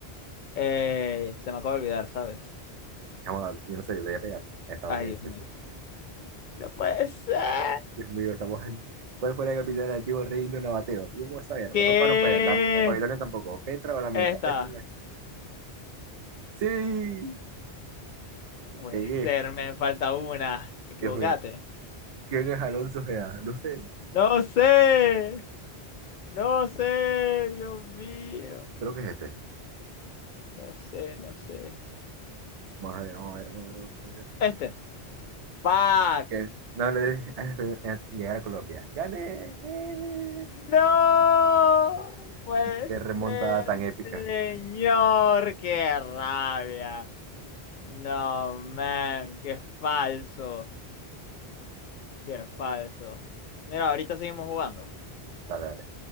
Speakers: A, on the left; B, on the right.
A: Eh, se me acaba de olvidar, ¿sabes?
B: Chamo, yo no sé, yo le voy a pegar. Estadounidense,
A: Ay, Dios mío.
B: sí.
A: No puede ser.
B: Dios mío, estamos en... ¿Cuál fue la capital del antiguo reino nabateo? Yo voy a saber.
A: ¿Qué?
B: Ropa no fue, la... eh, Babilonia tampoco. Petra o la Meca.
A: Esta.
B: Petra la... ¡Sí!
A: No puede
B: La pegué.
A: ser, me falta una. Equivocate.
B: Dios mío. ¿Quién es Alonso Gea? No sé.
A: No sé. No sé, Dios mío.
B: Creo que es este.
A: No sé, no sé.
B: Vamos a ver, vamos a ver, vamos a ver. vamos a ver.
A: Este. ¡Fuck!
B: ¿Qué? No le dije a <laughs> llegar a Colombia. ¡Gané! ¡Eh!
A: No puede
B: ¡Qué remontada
A: ser,
B: tan épica!
A: señor, qué rabia. No, man, qué falso, qué falso. Mira, ahorita seguimos jugando.
B: Dale, dale.